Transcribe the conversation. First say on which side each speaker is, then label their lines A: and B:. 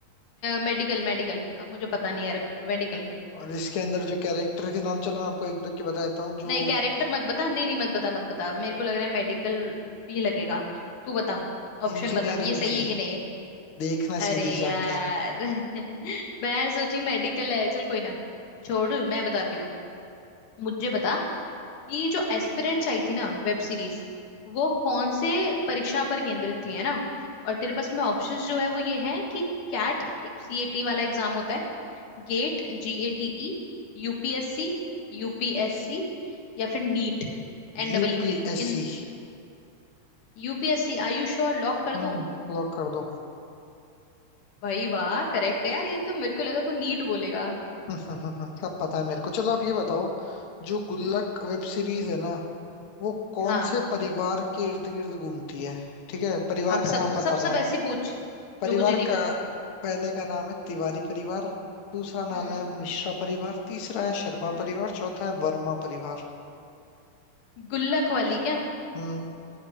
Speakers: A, on the left (about 60°); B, on the left (about 75°).
A: मेडिकल मेडिकल अब मुझे पता नहीं यार मेडिकल
B: और इसके अंदर जो कैरेक्टर के नाम चलो मैं आपको एक दो के बता देता हूँ जो
A: नहीं कैरेक्टर मत बता नहीं नहीं मत बता मत बता मेरे को लग रहा है मेडिकल भी लगेगा तू बता ऑप्शन
B: इंजीनियरिंग
A: बता ये सही
B: थी
A: है कि नहीं है
B: देखना
A: अरे
B: सीरीज जाके
A: यार <laughs> मैं सोची मेडिकल है चल कोई ना छोड़ मैं बताती हूँ मुझे बता ये जो एस्पिरेंट्स आई थी ना वेब सीरीज वो कौन से परीक्षा पर केंद्रित थी है ना और तेरे पास में ऑप्शंस जो है वो ये है कि कैट एक सीएटी वाला एग्जाम होता है गेट जीएटीई यूपीएससी यूपीएससी या फिर नीट एनडब्ल्यूटी
B: यूपीएससी
A: इन यूपीएससी आयुष और लॉक कर
B: हम्म
A: दूं
B: लॉक कर दो
A: भाई वाह करेक्ट है यार ये तो मेरे को लगा तू नीट बोलेगा
B: <laughs> सब पता है मेरे को चलो आप ये बताओ जो गुल्लक
A: हम्म
B: वेब सीरीज है ना वो कौन
A: हाँ
B: से परिवार के इर्द गिर्द घूमती है ठीक है परिवार
A: आप सब
B: का नाम बताना
A: सब सब
B: है
A: ऐसी पूछ
B: परिवार
A: जो मुझे नहीं
B: का
A: पता
B: पहले का नाम है तिवारी परिवार दूसरा
A: हम्म
B: नाम है मिश्रा परिवार तीसरा है शर्मा
A: हम्म
B: परिवार चौथा है वर्मा परिवार
A: गुल्लक वाली क्या
B: हम्म